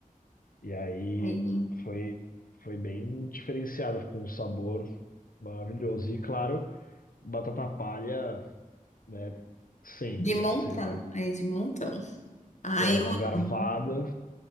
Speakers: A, on the left; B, on the left.
A: E aí
B: Sim.
A: foi, foi bem diferenciado, ficou um sabor maravilhoso. E claro, batata palha, né? Sempre.
B: De montão.
A: Você vai,
B: É, de montão. Ai,
A: é uma
B: eu
A: garfada,
B: amo.